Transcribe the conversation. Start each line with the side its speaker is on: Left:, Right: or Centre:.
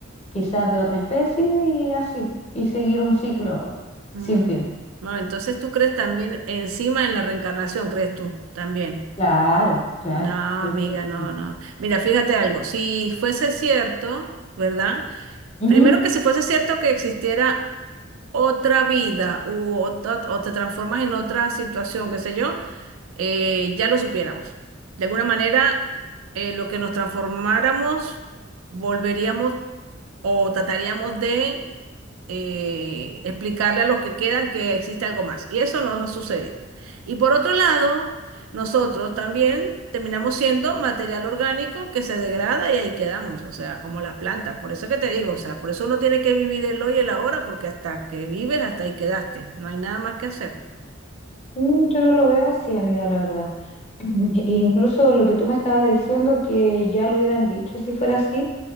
Left: quizás de otra especie y así, y seguir un ciclo
Right: Mm,
Left: sin fin.
Right: Bueno, entonces tú crees también encima en la reencarnación, ¿crees tú? También.
Left: Claro, claro,
Right: No,
Left: yo
Right: amiga,
Left: creo.
Right: no,
Left: que
Right: no. Mira, fíjate algo, si fuese cierto, ¿verdad?
Left: sí.
Right: Primero que si fuese cierto que existiera otra vida u ot- ot- o, te transformas en otra situación, qué sé yo, eh, ya lo supiéramos. De alguna manera, eh, lo que nos transformáramos, volveríamos o trataríamos de eh, explicarle a los que quedan que existe algo más. Y eso nos ha sucedido. Y por otro lado, nosotros también terminamos siendo material orgánico que se degrada y ahí quedamos, o sea, como las plantas. Por eso es que te digo, o sea, por eso uno tiene que vivir el hoy y el ahora, porque hasta que vives, hasta ahí quedaste. No hay nada más que hacer.
Left: Mm, Yo no lo veo así, amiga, la verdad. <clears throat> E incluso lo que tú me estabas diciendo, que ya lo hubieran dicho si fuera así,